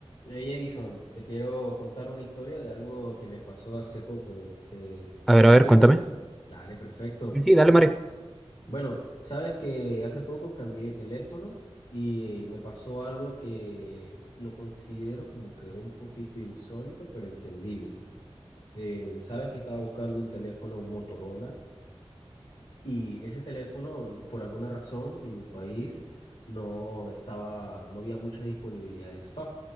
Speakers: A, on the left; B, in the centre.
A: Hey Edison, te quiero contar una historia de algo que me pasó hace poco. ¿Te,
B: A ver,
A: te
B: a ver,
A: sirve?
B: cuéntame.
A: Dale, perfecto.
B: Sí, sí, dale, Mario.
A: Bueno, sabes que hace poco cambié de teléfono y me pasó algo que lo considero como que un poquito insólito, pero entendible. Eh, sabes que estaba buscando un teléfono Motorola y ese teléfono, por alguna razón, en mi país no estaba, no había mucha disponibilidad de stock,